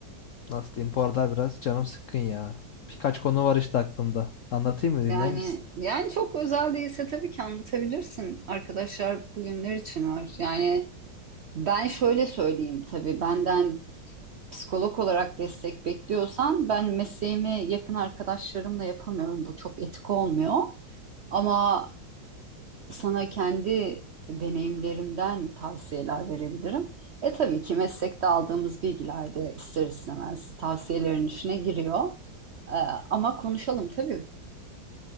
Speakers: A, on the left; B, on the right.
A: Nasıl diyeyim? Bu arada biraz canım sıkkın ya. Birkaç konu var işte aklımda. Anlatayım mı? Dinler
B: Yani
A: misin?
B: yani çok özel değilse tabii ki anlatabilirsin. Arkadaşlar bugünler için var. Yani ben şöyle söyleyeyim tabii benden psikolog olarak destek bekliyorsan ben mesleğimi yakın arkadaşlarımla yapamıyorum. Bu çok etik olmuyor. Ama sana kendi deneyimlerimden tavsiyeler verebilirim. E tabii ki meslekte aldığımız bilgiler de ister istemez tavsiyelerin içine giriyor. E, ama konuşalım tabii.